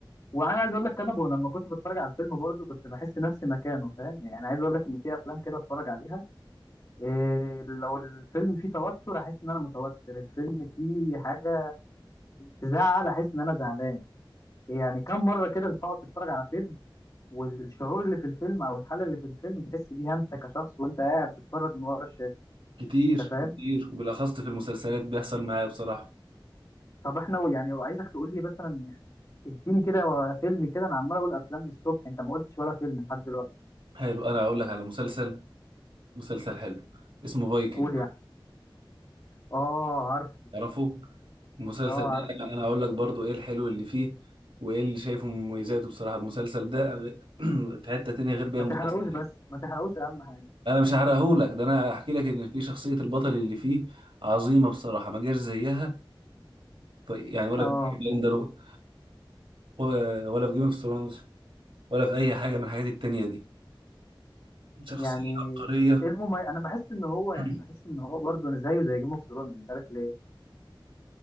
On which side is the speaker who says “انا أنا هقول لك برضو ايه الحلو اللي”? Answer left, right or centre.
Right